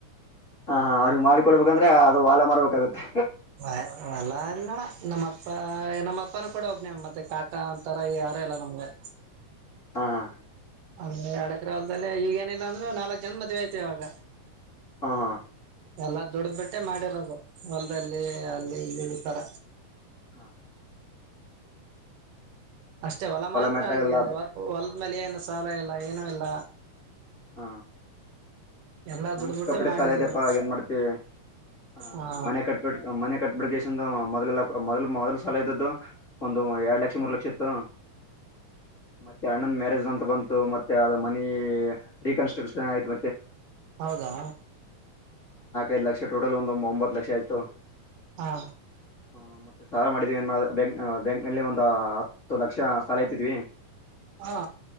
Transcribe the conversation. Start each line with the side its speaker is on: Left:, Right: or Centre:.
Left: ಹಾ ಹಾ ಅವ್ರಗ್ ಮಾಡಿಕೊಡ್ಬೇಕಂದ್ರೆ ಅದು ಹೊಲೆ ಮಾರರ್ಬೇಕಾಗತ್ತೆ
Right: ವ ವಲ್ಲ ಎಲ್ಲಣ ನಮ್ಮಪ್ಪ ನಮ್ಮಪ್ಪನ ಕೂಡ ಒಬ್ನವ ಮತ್ತೆ ಕಾಕಾ ಅಂತರ ಯಾರ ಎಲ್ಲ ನಮ್ಗೆ
Left: ಹಾ ಹಾ
Right: ಅಂದ್ರೆ ಎಡಕರೆ ಹೊಲ್ದದಲ್ಲಿ ಈಗೇಏನಿಲ್ಲ ಅಂದ್ರರು ನಾಲ್ಕ್ ಜನ ಮದ್ಐತಿ ಇವಾಗ
Left: ಹಾ ಹಾ
Right: ಎಲ್ಲಾ ದುಡ ಬಿಟ್ಟೆ ಮಾಡಿರೋದು ಹೊಲದಲ್ಲಿ ಅಲ್ಲಿ ಇಲ್ಲಿ ಈ ತರ
Left: ಹಾ ಹಾ
Right: ಅಷ್ಟೇ ಹೊಲ ಮಾತ್ರ
Left: ಮ್ಯಾಟ್ರ
Right: ಹಂಗೆ
Left: ಆಗಲ್ಲ
Right: ಅದು
Left: ಅದ
Right: ಹೊಲದ ಮೇಲೆ ಏನು ಸಾಲ ಇಲ್ಲ ಏನು ಇಲ್ಲ
Left: ಹ
Right: ಎಲ್ಲಾ
Left: ನಮ್
Right: ದುಡ್ಬಿಟ್ಟೆ
Left: ಸಿಕ್ಕಪಟ್ಟೆ
Right: ಮಾಡಿರೋದು
Left: ಸಾಲ ಇದಪ್ಪಾ ಏನ್ ಮಾಡ್ತಿತಿ ಆ
Right: ಹಾ
Left: ಮನೆ ಕಟ್ಬಿ ಮನೆ ಕಟ್ಬಿಡ್ ಎಷ್ಟು ಮೊದಲಲ್ಲ ಮೊದ ಮೊದಲ ಸಲಾಯ ಇದ್ದದ್ದು ಒಂದು ಎರಡ್ ಲಕ್ಷ ಮೂರ್ ಲಕ್ಷ ಇತ್ತು ಮತ್ತೆ ನನ್ನಂದ ಮ್ಯಾರೇಜ್ ಅಂತ ಬಂತು ಮತ್ತೆ ಅ ಮನಿ ರೀಕನ್ಸ್ಟ್ರಕ್ಷನ್ ಆಯಿತು
Right: ಹೌದಾ
Left: ಐದು ಲಕ್ಷ ಟೋಟಲ್ ಒಂದು ಒಂಬತ್ ಲಕ್ಷ ಆಯ್ತು
Right: ಹಾ
Left: ಹ ಮತ್ತೆ ಸಾಲ ಮಾಡಿದ್ವಿ ಏನ್ ಮಾಡ ಬ್ಯಾಂಕ್ ಬ್ಯಾಂಕ್ ನಲ್ಲಿ ಒಂದು ಹತ್ತು ಲಕ್ಷ ಸಾಲ ಇತಿದ್ವಿ
Right: ಹಾ